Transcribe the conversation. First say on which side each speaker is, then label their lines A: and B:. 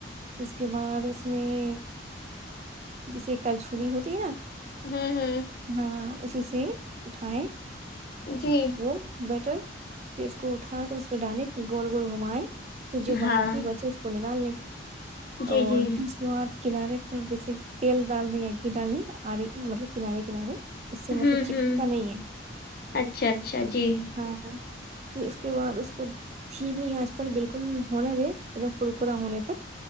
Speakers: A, on the right (about 35°); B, on the left (about 50°).
A: پھر اس کے بعد اس میں جیسے کلچھولی ہوتی ہے نا
B: ہمم ہمم
A: ہاں اسی سے اٹھائے
B: جی
A: وہ بٹر پھر اس کو اٹھا دو پھر ڈالے پھر گول گول گھمائے پھر جو باکی
B: ہاں
A: بچے اس کو نکالے
B: جی
A: اور
B: جی
A: پھر اس کے بعد کنارے پر جیسے تیل ڈال دیے گھی ڈال دیے آرے مطلب کنارے کنارے اس سے مطلب
B: ہوں
A: چپکتا
B: ہوں
A: نہیں ہے
B: اچھا اچھا جی
A: ہاں پھر اس کے بعد اس دھیمی آچ پر بالکل ہونا دے ایک دم کرکرا ہونے تک